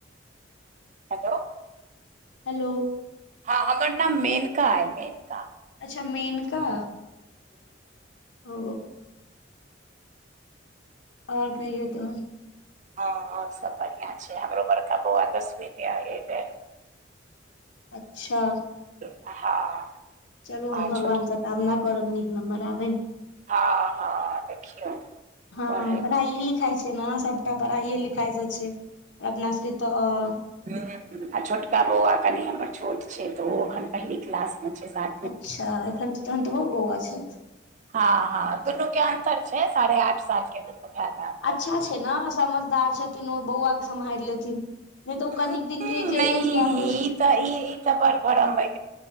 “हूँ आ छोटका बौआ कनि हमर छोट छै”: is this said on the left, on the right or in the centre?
Right